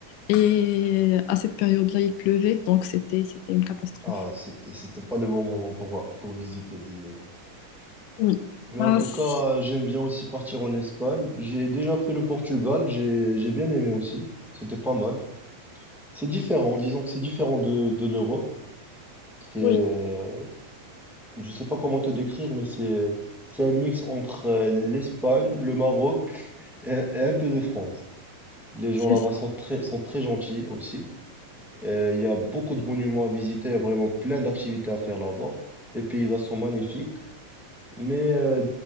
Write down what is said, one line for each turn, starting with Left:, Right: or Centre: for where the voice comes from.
Left: Et à cette période-là, il pleuvait, donc c'était, c'était une catastrophe.
Centre: Ah, c'était, c'était pas le bon moment pour, voir- pour visiter Disneyland.
Left: Oui.
Centre: Mais
Left: Ah,
Centre: en tout
Left: si.
Centre: cas, j'aime bien aussi partir en Espagne. J'ai déjà fait le Portugal, j'ai, j'ai bien aimé aussi. C'était pas mal. C'est différent, disons que c'est différent de, de l'Europe. C'est,
Left: Oui,
Centre: euh, je sais pas comment te décrire, mais c'est, c'est un mix entre euh, l'Espagne, le Maroc et, et un peu de France. Les gens
Left: c'est
Centre: là-bas
Left: ça.
Centre: sont très, sont très gentils aussi. Euh, Il y a beaucoup de monuments à visiter, il y a vraiment plein d'activités à faire là-bas. Les paysages sont magnifiques, mais euh,